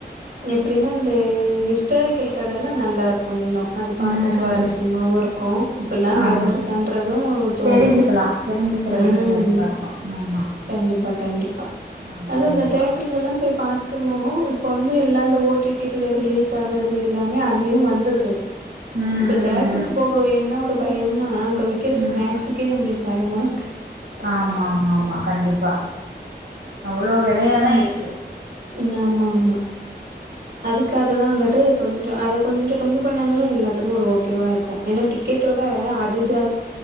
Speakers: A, on the right; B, on the right.
A: எப்டின்னா இந்த ஹிஸ்டாரிக்கல் கத எல்லா நல்லா இருக்கு ஓ இன்னு அது பாக்க
B: ம்
A: சுவாரஸ்யமாவு இருக்கு இப்பல்லா
B: ஆமா
A: நடந்திருக்கான்றது தோணு
B: தெரிஞ்சுக்கலா தெரிஞ்சுக்கிறதுக்கு
A: ம்
B: ஹெல்ப்பா இருக்கு ஆமா
A: கண்டிப்பா கண்டிப்பா
B: ஆமா
A: அதுவு
B: கண்டிப்பா
A: இந்த தேட்டர்லலா போய் பா இருக்கணு இப்ப வந்து எல்லா ஓட்டிட் கேட்டர்ல ரிலீஸ் ஆகிறது எல்லாமே அதுலியு வந்துறுது
B: ம்
A: இப்ப தேட்டருக்கு
B: ம்
A: போகவேனா ஒரு டி ஒரு பயம் நா கவிக்கிற
B: ம்
A: ஸ்நாஸ்க்கே
B: ம்
A: நம்மளுக்கு பயமா இருக்கு
B: ஆமா ஆமா ஆமா கண்டிப்பா அவ்ளோ விலயா தா இருக்கு
A: ன்னா ஆமா ஆமா அதுக்காக தா வந்த ட்டு கொஞ்சோ அத கொஞ்சம் கம்மி பண்ணாங்கனா எல்லாத்துக்கு ஒரு ஓகேவா இருக்கு கு ஏன்னா டிக்கெட்டோட அது ஜாஸ்தி